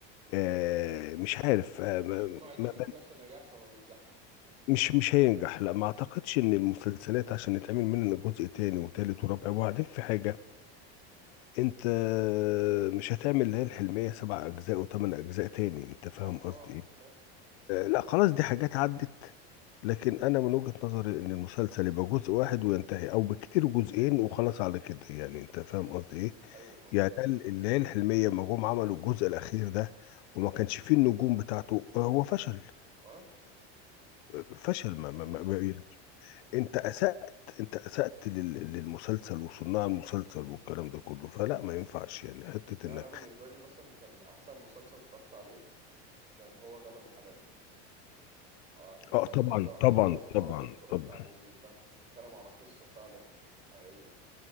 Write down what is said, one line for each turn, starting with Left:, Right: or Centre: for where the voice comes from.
Left: آه مش عارف آه ما
Right: بيكونوا عايزين
Left: ما
Right: يكون نفس النجاح فما بينجحش
Left: مش مش هينجح لا ما اعتقدش ان المسلسلات عشان يتعمل منها جزء تاني وتالت ورابع وبعدين في حاجه انت مش هتعمل اللي هي الحلمية سبع اجزاء وثمان اجزاء تاني انت فاهم
Right: صح
Left: قصدي
Right: اه
Left: ايه
Right: انا فاهم
Left: آه، لا خلاص دي حاجات عدت لكن انا من وجهة نظري ان المسلسل يبقى جزء واحد وينتهي او بكتير جزئين وخلاص على كده يعني انت فاهم قصدي ايه
Right: ايوه طبعا
Left: يعني ده ال- اللي هي الحلمية ما جم عملوا الجزء الاخير ده وما كانش فيه النجوم بتاعته آه، هو فشل
Right: اه
Left: آه، فشل ما ما
Right: ايوه
Left: ما
Right: صح
Left: ما- يعني انت اسأت انت اسأت لل- للمسلسل وصناع المسلسل والكلام ده كله فلا ما ينفعش يعني حتة
Right: يعني
Left: ان
Right: انا بالنسبه لي مثلا كان احسن مسلسل اتفرجت عليه كان هو جبل الحلال اه يعني
Left: اه طبعا
Right: أنا شايف ده
Left: طبعا
Right: اكبر مسلسل
Left: طبعا
Right: اتفرجت
Left: طبعا
Right: عليه فن كلام عن قصه فعلا حقيقيه